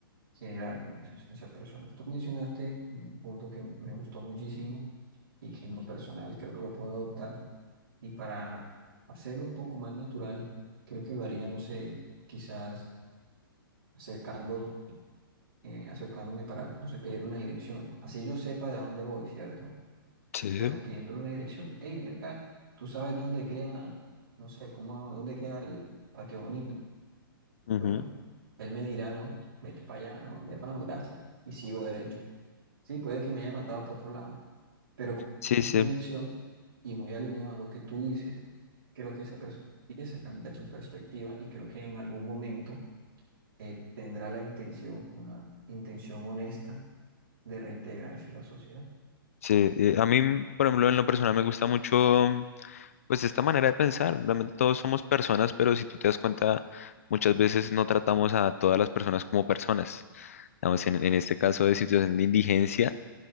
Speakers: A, on the right; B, on the left.
A: generar en esos, en esas personas. Tú mencionaste un punto que me gustó muchísimo y que en lo personal creo que lo puedo adoptar y para hacerlo un poco más natural, creo que lo haría, no sé, quizás acercando eh, acercándome para, no sé, pedirle una dirección. Así yo sepa de dónde voy, ¿cierto?
B: Sí.
A: Pero pidiéndole una dirección. Hey, ven acá, tú sabes dónde queda, no sé, cómo, dónde queda el patio bonito.
B: ujú.
A: Bueno, él me dirá, no, vete para allá, no, mi hermano, gracias. Y sigo derecho. Sí, puede que me haya mandado para otro lado, pero con
B: Sí,
A: esa pequeña
B: sí,
A: acción y muy alineado a lo que tú dices, creo que esa persona empieza a cambiar su perspectiva y creo que en algún momento eh, tendrá la intención, una intención honesta de reintegrarse a la sociedad.
B: sí. Eh, A mí, por ejemplo, en lo personal me gusta mucho, pues, esta manera de pensar. Realmente todos somos personas, pero si tú te das cuenta, muchas veces no tratamos a todas las personas como personas. Digamos, en, en este caso de situación de indigencia,